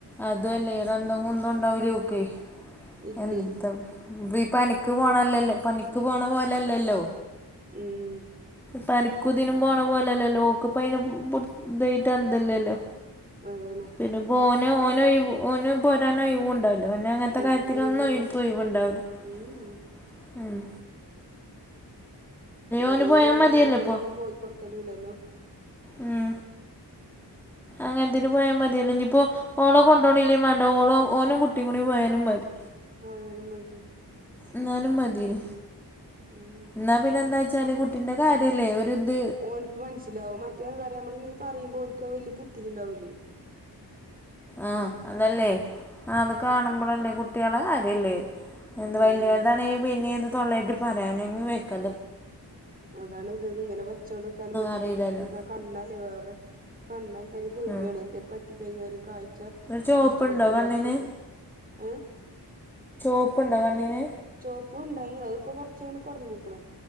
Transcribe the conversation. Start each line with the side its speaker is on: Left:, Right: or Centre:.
Centre: അതു അല്ലേ ഒരു അന്തോ കുന്തോ ണ്ടാവുലേ ഓക്കേ.
Right: ഇല്ലേ
Centre: എന്ത വ് പനിക്ക് പോണല്ലല്ലോ പനിക്ക് പോണ പോലെല്ലല്ലോ
Right: ഉം
Centre: പനിക്കുതിനിനും പോണ പോലല്ലോ ഓൾക്ക് ഇപ്പ അയിൻ പു അത്നല്ലല്ലൊ
Right: അതാണ്
Centre: പിന്നെപ്പോ ഓന് ഓന ഓന് പോരാനോ ഒഴിവ ണ്ടാവു പിന്നെ അങ്ങനത്തെ
Right: ഓൻക്ക്
Centre: കാര്യത്തിനൊന്നും
Right: ഒഴിവില്ല
Centre: ഓൻ ഒഴിവ്ണ്ടാവ് ല
Right: ഉം പൊതുവേഓൻ
Centre: ഓന് പോയാ മതിയല്ലോ
Right: അങ്ങനത്തേന്
Centre: ഇപ്പൊ
Right: ഒന്നും പോയി കൊടുക്കലുല്ലല്ലോ
Centre: ഉം അങ്ങനത്തിന് പോയാ മതിയല്ലോ ഇഞ്ഞിപ്പൊ ഓളെ കൊണ്ടോണില്ലേ മാണ്ട ഓളോ ഓനും കുട്ടി കൂടി പോയാലും മതി
Right: പോയലു മതി
Centre: ന്നാലും മതിനി
Right: ഉം
Centre: ന്നാ പിന്നെ എന്താ വെച്ചാല് കുട്ടിന്റെ കാര്യല്ലേ ഒരിത്
Right: ഓൻക്ക് മനസ്സിലാവും മറ്റെന്താ പറയാ നമ്മളി ഇങ്ങനീ പറയുമ്പോൾ ഒല്ക്ക് വല്യ പുത്തിരി ഉണ്ടാവൂല്ലേ
Centre: ആഹ് അതല്ലേ ആ അത് കാണുമ്പോളല്ലേ
Right: ഉം
Centre: കുട്ടികളെ കാര്യല്ലേ എന്താ
Right: അതാണ്
Centre: വലിയതാണങ്കി പിന്നെ ഇത് തൊള്ളയിട്ട് പറയാനികി വെയ്ക
Right: അതാണ് ഇത് ഇങ്ങനെ വച്ചൊണ്ട് ക്കാനും പറ്റൂലേ
Centre: അറിയില്ലല്ലോ
Right: കുട്ടിക്ക കണ്ണല്ലേ വേറെ കണ്ണായി കഴിഞ്ഞ പേടിയാണെ
Centre: ഉം.
Right: എന്തേലും പറ്റി കഴിഞ്ഞാലും ക ഴ്ച്ച
Centre: ഒരു ചോപ്പുണ്ടോ
Right: നഷ്ടപ്പെട്ട് കഴിഞ്ഞ
Centre: കണ്ണിന്
Right: പേടിയ ഏ
Centre: പൗപ്പ്ണ്ടോ കണ്ണിന്
Right: ചോപ്പ് ഉണ്ടായിനീ അത് ഇപ്പൊ കൊറച്ചെങ്ങനെ കൊറഞ്ഞ്ക്ക്ണ്